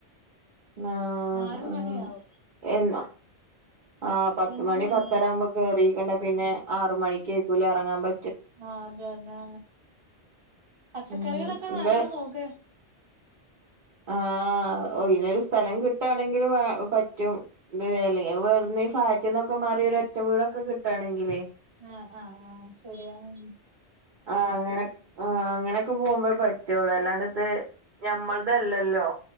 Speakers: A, on the right; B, on the right.
A: ആഹ്
B: ആറ്
A: ആഹ്
B: മണിയാവും
A: എന്നാ ആഹ് പത്തുമണി
B: എന്നും എന്നും
A: പത്തരാവ്മ്പ കേറിക്ക്ണ്ടെ പിന്നെ ആറു മണിക്കേയ്കുലെ എറെങ്ങാം പ
B: ആഹ് അത് തന്നെ പച്ചക്കറികളൊക്കെ
A: ഉം എന്താ
B: നടാൻ നോക്ക്
A: ആഹ് ഒയ്ഞ്ഞൊരു സ്ഥലം കിട്ടാണെങ്കില് പ പറ്റും തായാലേ വെട്ന്ന് ഈ ഫ്ളാറ്റ്ന്നൊക്കെ മാറി ഒര് ഒറ്റ വീടൊക്കെ കിട്ടാണെങ്കിലേ
B: ആഹ് ആഹ് ആഹ് ശെര്യാണ്
A: ആഹ് അങ്ങെനെ ആഹ് അങ്ങെനെക്കെ പോകുമ്പേ പറ്റൊള്ളൂ അല്ലാണ്ട്ത് ഞമ്മൾ തെല്ലെല്ലോ